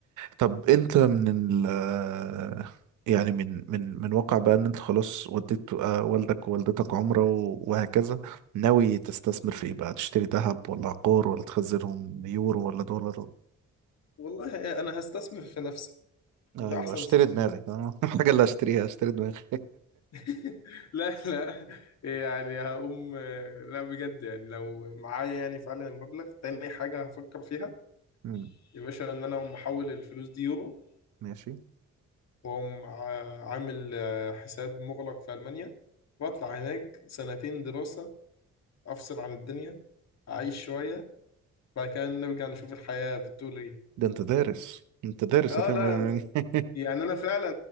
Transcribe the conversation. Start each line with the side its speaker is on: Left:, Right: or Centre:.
Right: طب انت من ال آه، يعني من من من واقع بقى ان انت خلاص وديت آه، والدك ووالدتك عمره و- وهكذا ناوي تستثمر في ايه بقى تشتري ذهب ولا عقار ولا تخزنهم يورو ولا دولار
Left: والله انا هستثمر في نفسي
Right: ايوه
Left: وده احسن
Right: اشتري
Left: استثمار
Right: دماغي اه <laughs> الحاجة اللي هشتريها هشتري دماغي
Left: <laughs> لا لا يعني هقوم لا بجد يعني لو معايا يعني فعلا المبلغ تاني حاجة هفكر فيها
Right: أمم،
Left: يا باشا ان انا اقوم احول الفلوس دي يورو
Right: ماشي
Left: وأقوم ع- عامل آه، حساب مغلق في ألمانيا وأطلع هناك سنتين دراسة أفصل عن الدنيا أعيش شوية بعد كده نرجع نشوف الحياة بتقول إيه
Right: ده انت دارس انت دارس
Left: آه
Right: هتعمل
Left: لا
Right: ايه
Left: يعني أنا فعلا